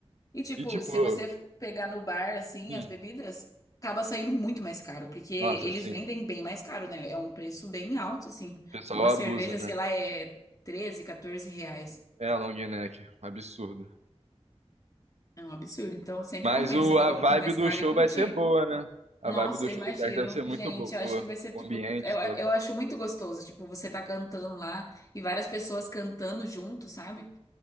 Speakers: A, on the left; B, on the right.
A: E, tipo,
B: e tipo,
A: se você pegar no bar, assim,
B: Hum.
A: as bebidas, acaba saindo muito mais caro, porque eles
B: nossa, assim,
A: vendem
B: o
A: bem mais caro, né? É um preço bem alto, assim.
B: pessoal
A: Uma cerveja,
B: abusa, né?
A: sei lá, é 13 14 reais.
B: É a long neck, absurdo.
A: É um absurdo. Então, sempre
B: Mas
A: compensa
B: o,
A: você pagar
B: a vibe
A: um pouquinho mais
B: do
A: caro
B: show
A: e curtir.
B: vai ser boa, né? A
A: Nossa,
B: vibe do
A: eu
B: show
A: imagino.
B: do Crack deve ser muito
A: Gente,
B: boa.
A: eu acho que vai ser tipo.
B: O ambiente
A: Eu,
B: todo.
A: eu acho muito gostoso. Tipo, você tá cantando lá e várias pessoas cantando junto, sabe?